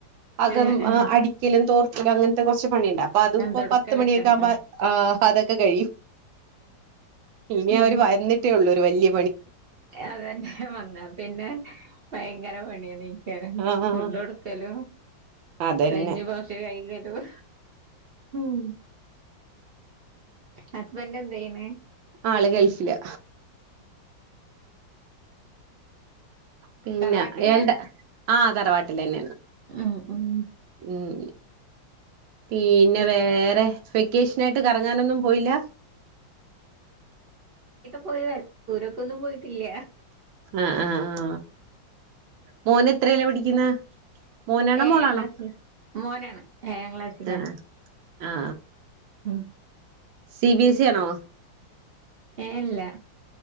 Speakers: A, on the right; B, on the right.
A: അകം
B: ഉം ഉം
A: അടിക്കലും തോർത്തലും അങ്ങനത്തെ കുറച്ച് പണിയുണ്ട അപ്പൊ അത്പ്പോ
B: തൊടക്കലൊക്കെ
A: പത്തുമണിയൊക്കെ
B: ഉണ്ടോ
A: ആകുമ്പോ ആ അതൊക്കെ കഴിയും ഇനി
B: ഉം
A: അവര് വരന്നിട്ടേ ഉള്ളൂ ഒരു വല്യ
B: അതന്നെ വന്ന പിന്നെ ഭയങ്കര പണിയണ്
A: ആ
B: ഫുഡ് എടുക്കലും
A: അതന്നെ
B: ലഞ്ച് പോക്സ് കൈകലും. ഉം ഹസ്ബൻറ് എന്തീയ്ണ്
A: ആള് ഗൾഫില് പിന്നെ
B: തറവാട്ടിലാ
A: ഇയാൾടെ ആ തറവാട്ടിൽ തന്നെയ
B: ഉം ഉം
A: ഉം പിന്നെ വേറെ? വെക്കേഷന ആയിട്ട് കറങ്ങാനൊന്നും പോയില്ല?
B: പോയ ദൂരൊക്കെ ഒന്നും പോയിട്ടില്ല
A: ആ ആ ആ മോന് എത്രേലാ പഠിക്കുന്നെ മോനാണോ
B: ഏ എഴാ
A: മോളാണോ
B: ഗ്ലാസിൽ മോനാണ് ഏഴാം ക്ലാസില
A: ആ ആ
B: മ്
A: സി ബിഎസ് ഇ ആണോ
B: ഏ ല്ല